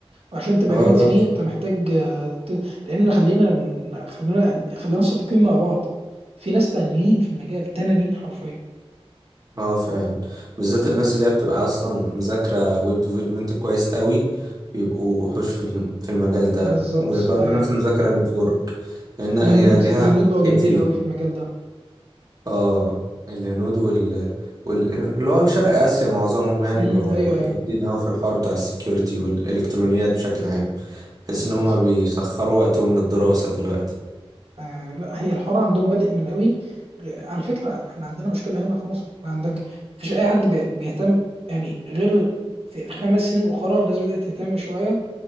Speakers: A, on the right; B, on the right.
A: وعشان تبقى
B: هو
A: جامد
B: بقى
A: فيه انت محتاج آه، ت- لان خلينا خلينا خلينا صادقين مع بعض في ناس تانيين في المجال تنانين حرفيا
B: اه فعلا بالذات الناس اللي هي بتبقى اصلا مذاكره ويب ديفلوبمنت كويس قوي بيبقوا وحوش في الم- في المجال ده
A: بالظبط
B: وبرضه
A: ايوه
B: نفس المذاكره نتورك لان هي
A: الهنود
B: ليها
A: الهنود بقوا جامدين
B: حيتين
A: قوي في المجال ده
B: اه الهنود وال, وال... اللي هو شرق اسيا معظمهم يعني
A: امم
B: بقوا
A: ايوه ايوه
B: جامدين قوي في الحوار بتاع السكيورتي والالكترونيات بشكل عام تحس
A: بالظبط
B: ان هم بيسخروا وقتهم للدراسه دلوقتي
A: آه لا هي الحوار عندهم بادئ من قوي غ- على فكره احنا عندنا مشكله هنا في مصر عندك مفيش اي حد بي- بيهتم يعني غير في خمس سنين اخرى الناس بدات تهتم شويه